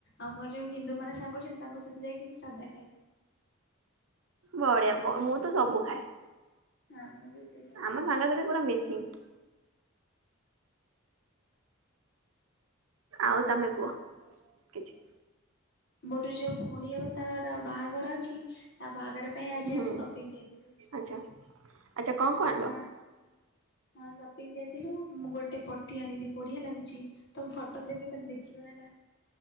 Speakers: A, on the left (about 55°); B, on the right (about 80°).
A: ଆଉ ମୋର ଯୋଉ ହିନ୍ଦୁ ମାନେ ସାଙ୍ଗ ଅଛନ୍ତି ତାଙ୍କ ସହିତ ଯାଇକି ମୁଁ ସାଧା ଖାଏ।
B: ବଢିଆ ବ ମୁଁ ତ ସବୁ ଖାଏ।
A: ହଁ ମୁଁ ବି ସେଇଆ।
B: ଆମ ସାଙ୍ଗ ସାଥି ପୁରା ମିଶିଗୀ। ଆଉ ତମେ କୁହ କିଛି
A: ମୋର ଯୋଉ ଭଉଣୀ ହବ ତାର ବାହାଘର ଅଛି ତା ବାହାଘର ପାଇଁ ଆଜି
B: ହୁଁ
A: ଆମେ ସପିଙ୍ଗ ଯାଇଥିଲୁ।
B: ଆଚ୍ଛା ଆଚ୍ଛା କଣ କଣ ଆଣିଲ?
A: ହଁ ହଁ ସପିଙ୍ଗ ଯାଇଥିଲୁ ମୁଁ ଗୋଟେ ପଟି ଆଣିଲି ବଢ଼ିଆ ଲାଗୁଛି। ତମେ ଫଟୋ ଦେମି ତମେ ଦେଖିବ ହେଲା।